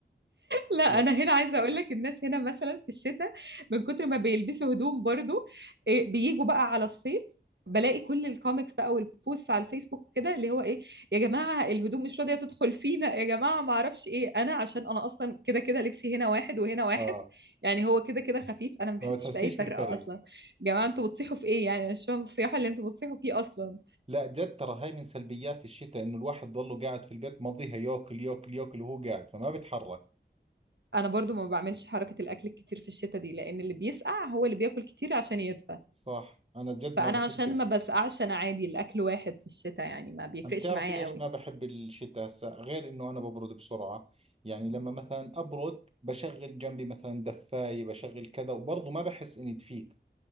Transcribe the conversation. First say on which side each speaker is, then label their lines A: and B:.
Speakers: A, on the right; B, on the right.
A: لا
B: يعني
A: انا هنا عايزه اقول لك الناس هنا مثلا في الشتاء من كتر ما بيلبسوا هدوم برضو إيه، بيجوا بقى على الصيف بلاقي كل الكوميكس بقى والبوست على الفيسبوك كده اللي هو ايه يا جماعه الهدوم مش راضيه تدخل فينا يا جماعه ما اعرفش ايه انا عشان انا اصلا كده كده لبسي هنا واحد وهنا واحد
B: اه
A: يعني هو كده كده خفيف انا ما بحسش
B: ما بتحسيش
A: باي فرق
B: بالفرق
A: اصلا يا جماعه انتوا بتصيحوا في ايه يعني أنا مش فاهمه الصياحه اللي انتوا بتصيحوا فيه اصلا
B: لا جد ترى هاي من سلبيات الشتاء انه الواحد ضله قاعد في البيت مضيها ياكل ياكل ياكل وهو قاعد فما بتحرك
A: انا برضو ما بعملش حركه الاكل الكتير في الشتاء دي لان اللي بيسقع هو اللي بياكل كتير عشان يدفى
B: صح انا جد
A: فانا
B: ما بحبش
A: عشان ما بسقعش انا عادي الاكل واحد في الشتاء يعني ما بيفرقش
B: عم تعرفي
A: معايا
B: ليش
A: قوي
B: ما بحب الشتاء هسا غير انه انا ببرد بسرعة يعني لما مثلا ابرد بشغل جنبي مثلا دفاية بشغل كذا وبرضه ما بحس اني دفيت